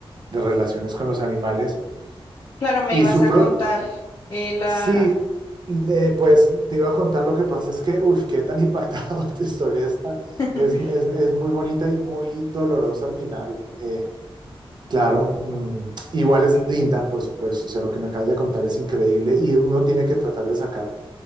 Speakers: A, on the right; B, on the left.
A: de relaciones con los animales
B: Claro, me
A: y
B: ibas
A: sufro,
B: a contar eh, la...
A: sí, le- pues te iba a contar lo que pasa es que, uff, qué tan impactado <laughs> tu historia está.
B: <laughs>
A: Es, es, es muy bonita y muy dolorosa al final. Eh, Claro, mm, igual es linda, por supuesto, o sea, lo que me acabas de contar es increíble y uno tiene que tratar de sacar